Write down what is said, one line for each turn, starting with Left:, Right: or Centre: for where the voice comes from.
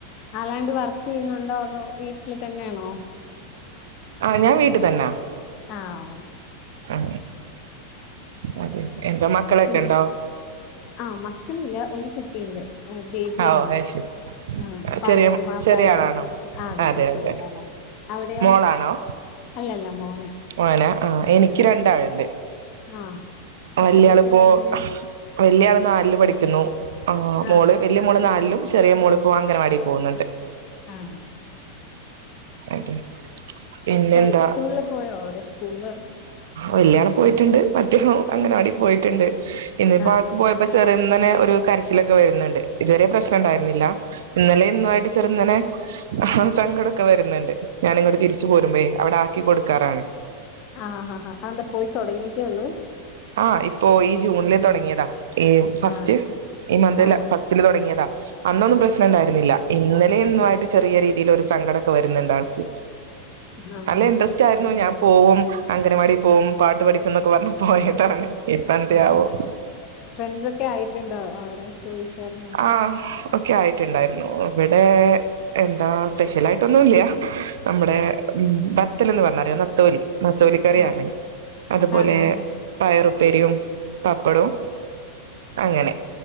Left: അല്ലാണ്ട് വർക്ക് ചെയ്യുന്നുണ്ടോ വീട്ടില് തന്നെയാണോ
Right: ആ ഞാൻ വീട്ടി തന്നാ
Left: ആഹ്
Right: ആ അതെ എന്താ മക്കളൊക്കെ
Left: മ്
Right: ഉണ്ടോ
Left: ആ മക്കളില്ല ഒരു കു കുട്ടിയുണ്ട് ബേബിയാണ്
Right: ആ ഓ അത് ശരി
Left: ആ പതിനൊന്ന്
Right: ചെറിയ
Left: മാസയിട്ടുള്ളൂ
Right: ചെറിയ ആളാണോ
Left: ആ അതെതെ
Right: അതെ
Left: ചെറിയാളാണ്
Right: അതെ
Left: അവിടെയോ
Right: മോളാണോ
Left: അല്ലല്ല മോ
Right: മോനാ ആ എനിക്ക് രണ്ടാളുണ്ട്
Left: ആഹ് എത്രയിലൊക്കെ
Right: വല്യാളിപ്പോ
Left: പഠിക്കണേ
Right: വല്യാള് നാലില് പഠിക്കുന്നു ആ
Left: ആഹ്
Right: മോള് വല്യ മോള് നാലിലും ചെറിയ മോളിപ്പോ അങ്കനവാടി പോകുന്നുണ്ട്
Left: ആഹ്
Right: അതെ പിന്നെന്താ
Left: ഇപ്പെല്ലാ സ്കൂളില് പോയോ സ്ക്കൂള്
Right: വല്യാളും പോയിട്ടുണ്ട് മറ്റേതും അങ്കനവാടി പോയിട്ടുണ്ട് ഇന്നിപ്പോ
Left: ആഹ്
Right: ആൾക്ക് പോയപ്പോ ചെറിന്നനെ ഒരു കരച്ചിലൊക്കെ വരുന്നുണ്ട് ഇതുവരെ പ്രശ്നം ഇണ്ടായിരുന്നില്ല ഇന്നലെ ഇന്നുമായിട്ട് ചെറുന്നനെ സങ്കടമൊക്കെ വരുന്നുണ്ട് ഞാനിങ്ങട്ട് തിരിച്ച് പോരുമ്പോഴേ അവിടെ ആ ക്കി കൊടുക്കാറാണ്.
Left: ആ ആ ആ അതെന്താ പോയി തുടങ്ങീട്ടേ ഉള്ളൂ?
Right: ആഹ് ഇപ്പോ ഈ ജൂണില് തുടങ്ങിയതാ. ഈ ഫസ്റ്റ്
Left: ആഹ്
Right: ഈ മന്തിൽ
Left: ആഹ്
Right: ഫസ്റ്റില് തുടങ്ങിയതാ. അന്നൊന്നും പ്രശ്നം ഇണ്ടായിരുന്നില്ല ഇന്നലേം ഇന്നും ആയിട്ട് ചെറീയ രീതിയില് ഒരു സങ്കടൊക്കെ വരുന്നുണ്ടാൾക്ക്
Left: ആഹ്
Right: അല്ല ഇൻട്രസ്റ്റ് ആയിരുന്നു ഞാൻ പോവും അങ്കനവാടീ പോവും പാട്ട് പഠിക്കുന്നൊക്കെ പറ്ന്ന് പോയതാണ് ഇപ്പ എന്തയാവോ
Left: ഉം ഉം ഉം ഫ്രണ്ട്സൊക്കെ ആയിട്ടുണ്ടൊ അവിട ചോയ്ച്ചേറ്ന്നോ
Right: ആഹ് ഒക്കെ ആയിട്ടുണ്ടായ്രുന്നു ഇവിടെ എന്താ സ്പെഷ്യലായിട്ടൊന്നൂല്ല നമ്മുടെ ബത്തൽന്ന് പറഞ്ഞറ്യോ നത്തോലി ത്തോലിക്കറിയാര്ന്
Left: ആഹ്
Right: അതുപോലെ
Left: ആഹ് ആഹ്
Right: പയറും ഉപ്പേരിയും പപ്പടോം അങ്ങനെ